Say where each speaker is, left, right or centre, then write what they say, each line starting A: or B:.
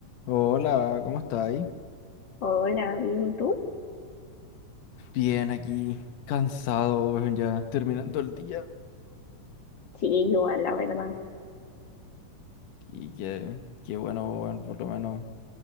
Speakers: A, on the left (about 80°); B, on the left (about 55°).
A: Hola, ¿cómo estáis?
B: Hola, bien, ¿y tú?
A: Bien, aquí, cansado, weón, ya terminando el día.
B: Sí, igual, la verdad.
A: Y que, qué bueno, weón, por lo menos